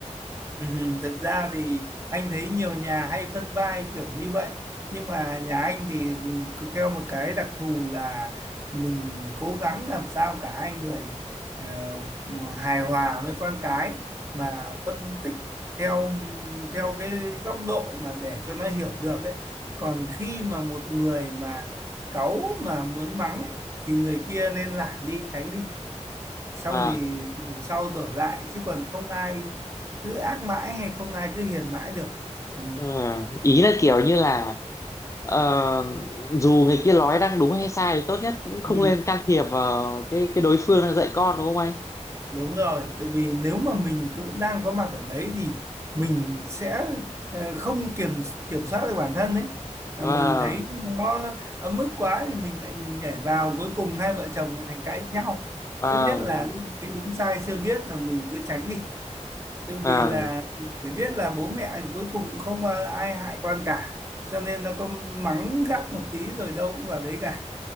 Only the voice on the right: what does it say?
Ừ, thật ra thì anh thấy nhiều nhà hay phân vai kiểu như vậy nhưng mà nhà anh thì cứ theo một cái đặc thù là mình cố gắng làm sao cả hai người ờ, mà hài hòa với con cái mà phân tích theo theo cái góc độ mà để cho nó hiểu được ấy còn khi mà một người mà cáu mà muốn mắng ấy, thì người kia nên lảng đi tránh đi xong
thì sau đổi lại chứ còn không ai cứ ác mãi hay không ai cứ hiền mãi được ừ.
Ừ.
đúng rồi tại vì nếu mà mình cứ đang có mặt ở đấy thì mình sẽ ờ, không kiểm kiểm soát được bản thân ấy là
mình thấy nó ấm ức quá thì mình lại nhảy vào cuối cùng hai vợ chồng lại thành cãi nhau
tốt nhất là lúc ấy đúng sai chưa biết là mình cứ tránh đi Tự vì
là để biết là bố mẹ cuối cùng cũng không ờ, ai hại con cả cho nên nó có mắng gắt một tí rồi đâu cũng vào đấy cả